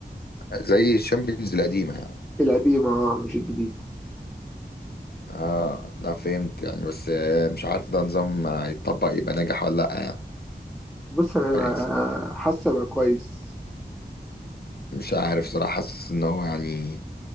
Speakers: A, on the left; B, in the centre.
A: زي الشامبيونز القديمه يعني
B: القديمة اه مش الجديدة
A: اه لا فهمت يعني بس آه، مش عارف ده نظام آه، يتطبق يبقى ناجح ولا لا يعني
B: بص انا هيبقى-
A: يعني
B: حاسة بقى كويس
A: مش عارف صراحه حاسس ان هو يعني